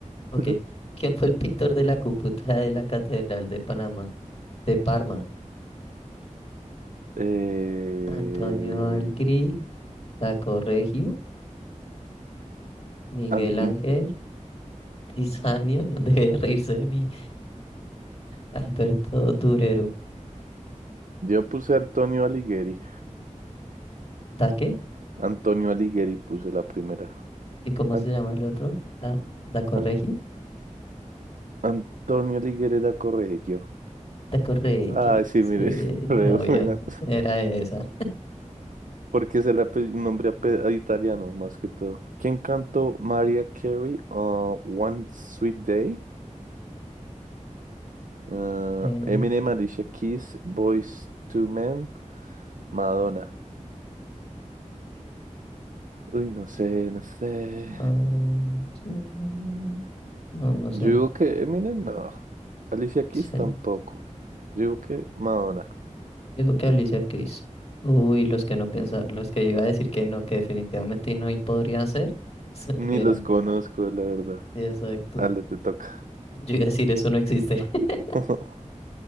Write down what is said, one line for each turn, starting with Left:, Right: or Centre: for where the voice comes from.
Left: Ok,
Right: <laughs>
Left: ¿quién fue el pintor de la cúpula de la Catedral de Panamá? De Parma.
Right: Eh,
Left: Antonio Algri, Corregio, Miguel
Right: An-
Left: Ángel, Tiziano, <laughs> no deje de reírse de mí, Alberto Durero.
Right: Yo puse Antonio Alighieri.
Left: ¿Da qué?
Right: Antonio Alighieri puse la primera.
Left: ¿Y cómo
Right: An-
Left: se llama el otro? Da, da Corregio.
Right: An- Antonio Alighieri da Correggio.
Left: Da Corregio.
Right: Ay, sí,
Left: Sí,
Right: mire, <laughs> re
Left: obvio.
Right: buenas.
Left: Era esa.
Right: Porque es el ape- nombre ape- a italiano, más que todo. ¿Quién cantó Mariah Carey? uh, One Sweet Day. Uh,
Left: Eh,
Right: Eminem, Alicia Keys, Boyz Two Men, Madonna. Uy, no sé, no sé.
Left: ah, mm, no, no sé.
Right: Yo digo que Eminem, no. Alicia Keys
Left: Sí.
Right: tampoco. Yo digo que Madonna.
Left: Digo que Alicia Keys. Uy, los que no pensaba, los que iba a decir que no, que definitivamente no y podrían ser, se-
Right: Ni
Left: eran.
Right: los conozco, la verdad.
Left: Exacto.
Right: Ale, te toca.
Left: <laughs> Yo iba a decir eso no existe. <laughs>
Right: <laughs>